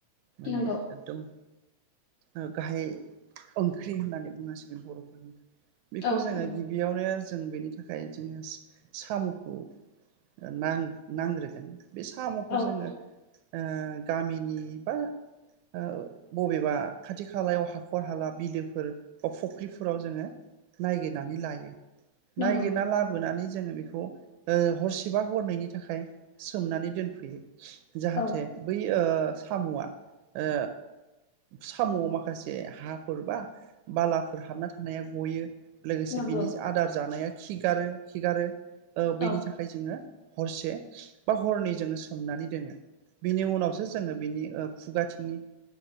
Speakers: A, on the right (about 85°); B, on the left (about 70°).
A: माने
B: नंगौ
A: एगदम ओ गाहाइ ओंख्रि होननानै बुंनांसिगोन बर'फोरनि बेखौ
B: औ
A: जोङो
B: नंगौ
A: गिबियावनो जों बेनि थाखाय जोङो साम'खौ नां-नांग्रोगोन बे साम'खौ
B: औ
A: जोङो ओ गामिनि बा ओ बबेबा खाथि खालायाव हाख'र हाला बिलोफोर बा फुख्रिफोराव जोङो नायगिरनानै लायो
B: नंगौ
A: नायगिरना
B: नंगौ
A: लाबोनानै जोङो बेखौ ओ हरसेबा हरनायनि थाखाय सोमनानै दोनफैयो जाहाथे
B: औ
A: बै ओ साम'आ ओ साम'आव माखासे हाफोर बा बालाफोर हाबना थानाया गयो लोगोसे
B: नंगौ
A: बिनि जा आदार जानाया खिगारो खिगारो ओ
B: औ
A: बेनि थाखाय जोङो हरसे बा हरनै जोङो सोमनानै दोनो बिनि उनावसो जोङो बिनि ओ खुगाथिंनि